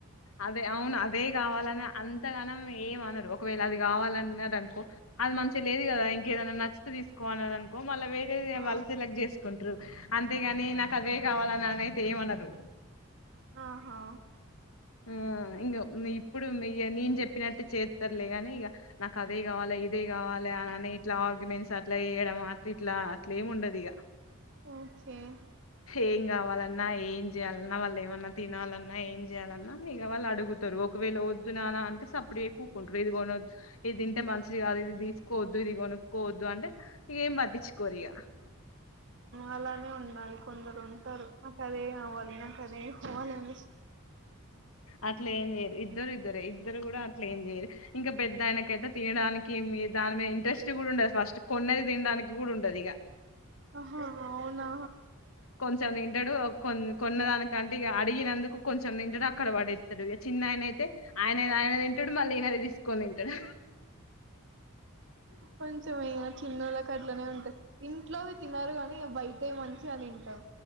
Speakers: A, on the left; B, on the right.
A: అదే అవును అదే కావాలని అంతగానం ఎమ్ అనరు ఒకవేళ అది కావాలన్నరనుకో అనుకో అది మంచి తినేది కదా ఇంకేదైనా నచ్చితే తీసుకోవాన్నరనుకో మళ్ళ వేరే
B: ఆ
A: వాళ్ళ సెలెక్ట్ చేసుకుంట్రారు అ కాగానీ నా చదవే కావాలని అన అైతే ఏమనదు
B: ఆహా
A: ఆ ఇంకా ఇప్పుడు నేను చెప్పినట్టు చే లేగాని ఇక నాకు అదే కావాలి ఇదే కావాలి అని ఇట్లా ఆర్గ్యుమెంట్స్ అట్లా చేయడం అట్ ఇట్లా అ లేముండదు ఇక
B: ఓకే
A: ఏం కావాలన్నా ఏం చేయ్యాలన్నా వాళ్ళు ఏమన్నా తినాలన్నా ఏం చేయాలన్నా ఇక వాళ్ళు అడుగుతారు ఒకవేళ వద్దున ంటే సప్పుడ కూక్కుంటారు ఇది కొనద్దు ఇది తింటే మంచిషది అది ఇది తీసుకోవద్దు ఇది కొనుక్కోవద్దు అంటే ఇక ఏం పట్టించుకోరు ఇక
B: అలానే ఉండాలి కొందరు ఉంటారు మాకాదే అవ్వదా సరే పోవాలిండి
A: అట్ల ఏంయరు ఇద్దరు ఇ ఇద్దర ఇద్దరు కూడా అట్లా ఏం చేయ్యరు ఇంకా పెద్ద ఆయన తే తినడానికి మీ దాని మీద ఇంట్రెస్ట్ కూడా ఉండంది ఫస్ట్ కొన్నది తినడానికి కూడా ఉంటది ఇక
B: ఆహా అవునా
A: కొంచెం తింటాడు కొ కొన్న దానికంటే ఇ అడిగినందుకు కొ అ అక్కడవాడ చిన్న ఆయన అయితే ఆయన ఆయన తింటాడు మళ్ళీ ఈయనది తీసుకొని తింటాడు
B: కొంచం ఇ చిన్నోళ్ళ కట్లనే ఉంటాయి ఇంట్లోవి తిినన్నారు కాగాని బయట మంచి అని తింటాం